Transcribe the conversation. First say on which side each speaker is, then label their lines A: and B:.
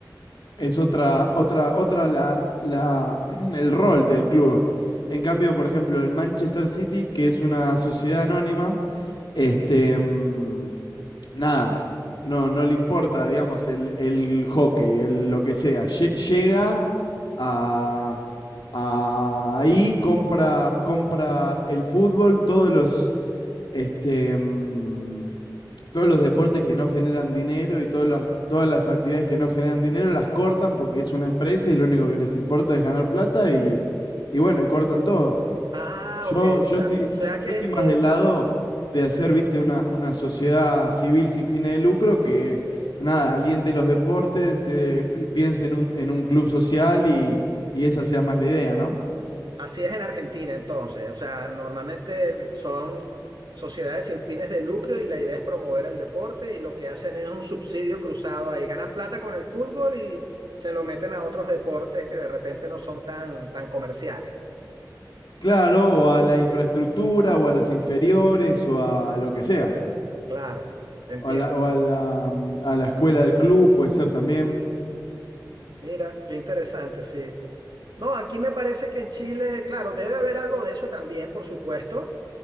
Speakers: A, on the left (about 85°); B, on the right (about 75°).
A: Es otra, otra, otra la, la- <clears throat> el rol del club. En cambio, por ejemplo, el Manchester City, que es una sociedad anónima, este, mm, nada, no, no le importa, digamos, el, el hockey, el, lo que sea. Lle- Llega a, a ahí, compra, compra el fútbol, todos los, este, mm, todos los deportes que no generan dinero y todas las, todas las actividades que no generan dinero las cortan porque es una empresa y lo único que les importa es ganar plata y, y bueno, y cortan todo.
B: Ah,
A: Yo,
B: ok,
A: yo
B: o sea,
A: estoy,
B: o sea
A: <clears throat> yo
B: que,
A: estoy más
B: que
A: del lado de hacer, viste, una, una sociedad civil sin fines de lucro que nada, aliente los deportes, eh, pi- piense en un, en un club social y, y esa sea más la idea, ¿no?
B: así es en Argentina entonces, o sea, normalmente el- son sociedades sin fines de lucro y la idea es promover el deporte y lo que hacen es un subsidio cruzado ahí, ganan plata con el fútbol y se lo meten a otros deportes que de repente no son tan, tan comerciales.
A: Claro, o a la infraestructura, o a las inferiores, o a lo que sea.
B: Claro, te entiendo.
A: O a la, o
B: te-
A: a la, mm, a la escuela del club puede ser también.
B: Mira, qué interesante, sí. No, aquí me parece que en Chile, claro, debe haber algo de eso también, por supuesto,